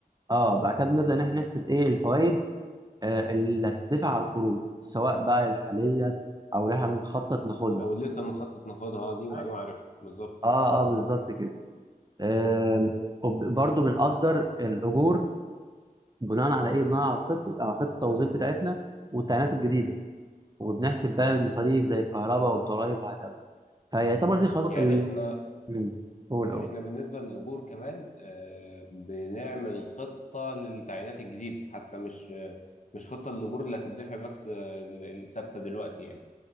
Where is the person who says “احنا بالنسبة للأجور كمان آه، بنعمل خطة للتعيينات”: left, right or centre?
Left